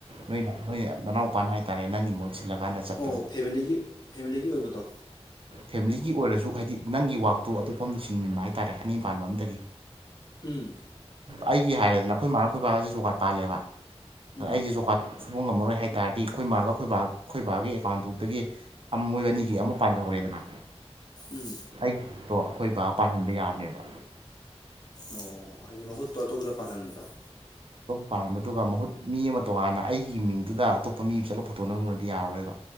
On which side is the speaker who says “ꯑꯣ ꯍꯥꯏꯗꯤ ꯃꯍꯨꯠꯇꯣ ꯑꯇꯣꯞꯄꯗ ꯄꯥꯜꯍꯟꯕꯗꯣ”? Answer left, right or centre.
Left